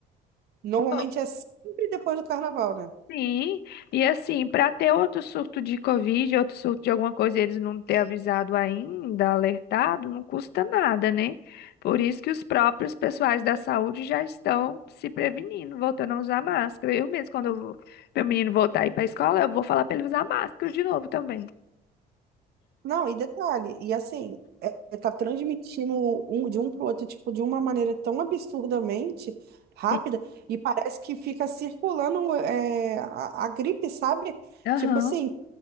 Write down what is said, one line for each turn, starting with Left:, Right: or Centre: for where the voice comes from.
Right: Normalmente
Left: Ó,
Right: é sempre depois do carnaval, né?
Left: Sim, e assim, para ter outro surto de Covid, outro surto de alguma coisa, eles não ter avisado ainda, alertado, não custa nada, né? Por isso que os próprios pessoais da saúde já estão se prevenindo, voltando a usar máscara. Eu mesmo, quando eu, vou- meu menino voltar a ir para a escola, eu vou falar para ele usar máscara de novo também.
Right: Não, e detalhe, e assim, é, é tá transmitindo um, de um pro outro, tipo, de uma maneira tão absurdamente rápida,
Left: tem-
Right: e parece que fica circulando é, a, a gripe, sabe?
Left: Aham.
Right: Tipo assim,